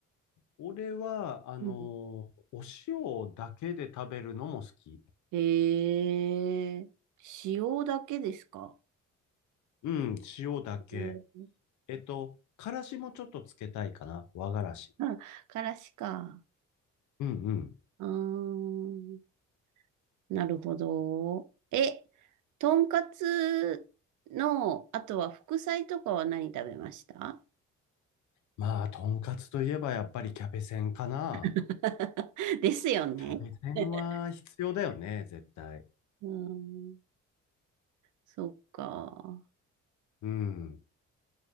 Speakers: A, on the left; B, on the right.
A: 俺は、あの、
B: ん
A: お塩だけで食べるのも好き。
B: ええ塩だけですか
A: うん、塩だけ。
B: ええ
A: えっと、からしもちょっとつけたいかな。和がらし。
B: あ、からしか。
A: うんうん。
B: うーん、なるほど。え、とんかつの、あとは副菜とかは何食べました
A: まあ、とんかつといえばやっぱりキャベセンかな。
B: <laughs> ですよね。
A: キャベセンは必要だよね、
B: <laughs>
A: 絶対。
B: うーん、そっか。
A: うん。